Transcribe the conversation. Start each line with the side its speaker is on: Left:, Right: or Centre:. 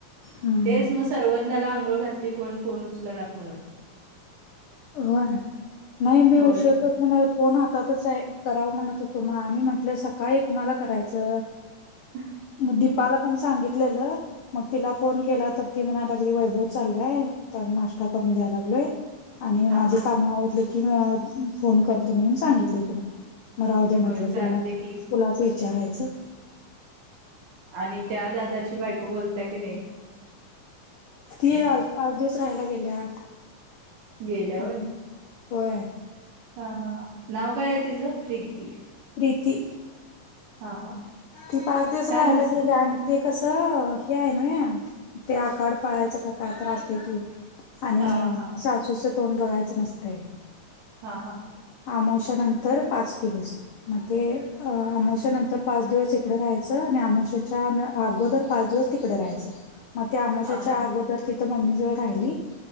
Left: हम्म
Right: तेच मस्त सर्वज्ञाला आंघोळ घातली कोण फोन उचल ना म्हणून
Left: हो नाही मी
Right: होय
Left: उशीत म मला फोन आताातच आहे करावं म्हणत होतो माग आणि म्हटलं सकाळी कुणाला करायचं
Right: <inaudible>
Left: मग दीपाला पण सांगितलेलं मग तिला फोन केला तर ती म्हणायलागली वैभव चाललाय त्याला नाश्ता करून द्याय लागलोय आणि
Right: हा
Left: माझे
Right: हा
Left: काम आवडले की म फोन करतो म्हणून सांगितले तिने मग राह दे म्हटलं
Right: होय चालते
Left: तुला
Right: की.
Left: तुलाच विचारायचं
Right: आणि त्या दादाची बायको बोलत्या की नाही
Left: ती आ पाच दिवस राहायला गेल्या
Right: गेल्या
Left: ह
Right: होय
Left: होय
Right: हा हा नाव काय आहे तिचं प्रीती
Left: प्रीती
Right: हा हा
Left: की पाच दिवस
Right: छान
Left: राहायला
Right: दिसते
Left: गेले आणि ते कसं हे आहे ना ते आकाड पळायचं का काय त्रासते कि आणि
Right: हा हा हा
Left: सासूचं तोंड बघायचं नसत
Right: हा हा
Left: अमावशानंतर पाच दिवस मग ते आमावशानंतर पाच दिवस तिकडे राहायचं आणि आमश्याच्या अगोदर पाच दिवस तिकडे राहायचं मग ते आमाशाच्या
Right: हा हा
Left: अगोदर तिथं मम्मी जवळ राहिली